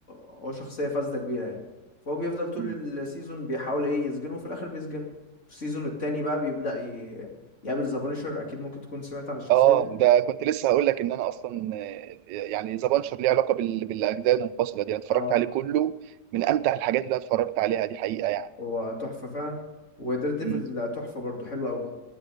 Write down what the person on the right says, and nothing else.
مم.
اه
ده كنت لسه هقول لك ان انا اصلا آه، يعني ذا بانشر ليه علاقه بال... بالاجزاء المنفصله دي انا اتفرجت
عليه كله من امتع الحاجات اللي انا اتفرجت عليها دي حقيقه يعني
مم.